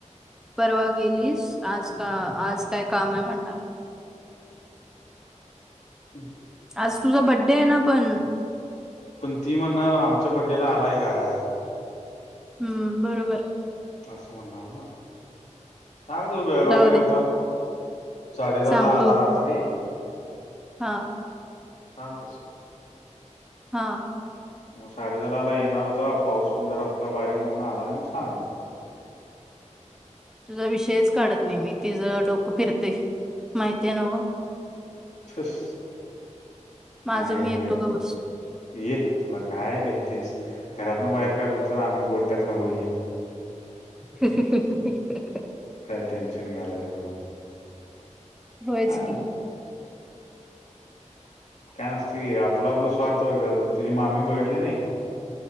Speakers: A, in the centre; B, on the left.
A: परवा गेलीस आज का आज काय काम आहे म्हणणार.
B: <unintelligible>
A: आज तुझा बड्डे आहे ना पण,
B: पण ती म्हणणार आमच्या बड्डेला आलाय काय,
A: हम्म बरोबर
B: असं म्हणणार ना सांग तु बेळगावला
A: जाऊ दे
B: गेलताव साडे दहा
A: सांगतो
B: ला आला रात्री
A: हा
B: सांग तसं.
A: हा
B: मग साडेेदहाला येणार होता पाऊस पण जरा होता बारीक म्हणून आला नाही म्हणून सांग.
A: तुझा विषयच काढत नाही मी तिझं डोकं फिरतंय माहिती आहे नव्हं.
B: ठूस
A: माझं
B: नाही
A: मी येतो
B: बाई <unintelligible>
A: ग बस
B: तू ये तिला काय भेहतीस घरातनं बाहेर काढल तर आम्ही गोट्यात राहू ये तू. <unintelligible>
A: ह्म ह्म <unintelligible>
B: काय टेन्शन घालाय एवढं. <unintelligible>
A: होयचं
B: हा
A: की <unintelligible>
B: काय नसतय घे गं आपलं आपला स्वार्थ बघतात तुझी मामी बघितली नाही. <unintelligible>